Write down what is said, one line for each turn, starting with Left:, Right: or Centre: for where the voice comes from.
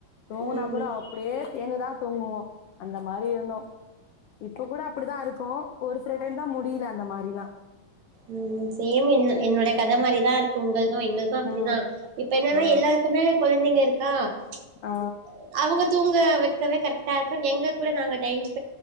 Left: தூங்னாப்
Right: ம்
Left: கூட அப்படியே சேந்துதா தூங்குவோ அந்த மாரி இருந்தோ இப்ப கூட அப்படிதா இருக்கோ ஒரு சில டைம் தா முடில அந்த மாரிலா
Right: ம் ம் சேம் என் என்னோட
Left: ம்
Right: கத மாரிதா இருக்கு உங்கள்து எங்கள்கு அப்டிதா
Left: ம்
Right: இப்ப என்னென்னா
Left: ஆ
Right: எல்லாருக்குமே கொழந்தைங்க இருக் கா ம்ச்
Left: ஆ ஆ
Right: அவேங்க தூங்க வெக்கவே கரெக் டா இருக்கு எங்க கூட நாங்க டைம் ஸ்